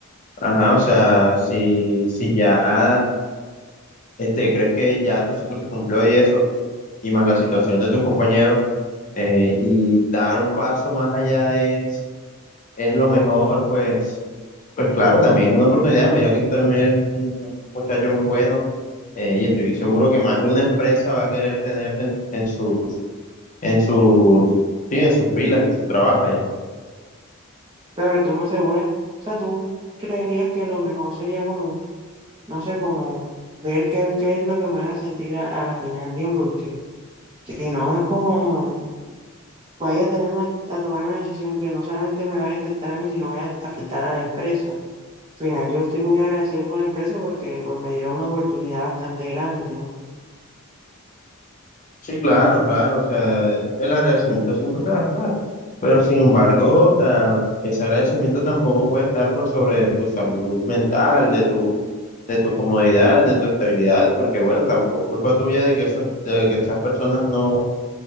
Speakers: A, on the left; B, on the right.
A: ajá, o sea, si, si ya este, crees que ya tu ciclo se cumplió y eso, y más la situación de tus compañeros, eh, y dar un paso más allá es, es lo mejor, pues, pues claro, también es una oportunidad. Mira que tú también eres un, un muchacho muy bueno, eh, y estoy seguro que más de una empresa va a querer tenerte en, en sus, en sus, sí, en sus filas, en su trabajo allá.
B: Claro que tú me aseguras, o sea, tú creerías que lo mejor sería como no sé, como ver qué, qué es lo que me haga sentir a, a la final bien, porque si no es como vaya a tener una, a tomar una decisión que no solamente me vaya a afectar a mí, sino vaya a afectar a la empresa. Al final, yo estoy muy agradecido con la empresa porque pues, me dieron una oportunidad bastante grande, ¿no?
A: Sí, claro, claro, o sea, el agradecimiento siempre va a estar, pero sin embargo, o sea, ese agradecimiento tampoco puede estar por sobre tu salud mental, de tu, de tu comodidad, de tu estabilidad, porque bueno, tampoco es culpa tuya de que, eso- de que esas personas no,